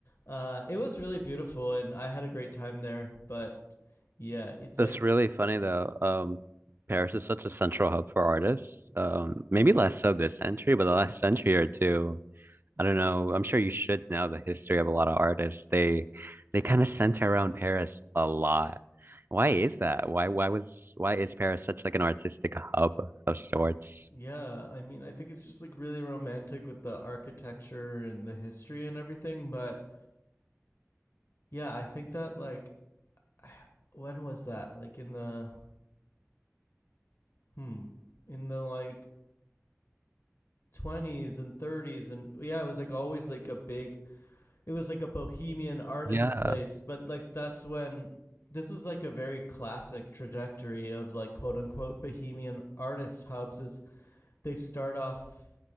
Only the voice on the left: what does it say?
uh, it was really beautiful and I had a great time there. But yeah, it's
like
yeah, I mean I think it's just like really romantic with the architecture and the history and everything. But yeah, I think that like <sighs> when was that? Like in the hmm in the like 20s and 30s and yeah it was like always like a big it was like a bohemian artist
place but like that's when this is like a very classic trajectory of like quote unquote bohemian artist hubs is they start off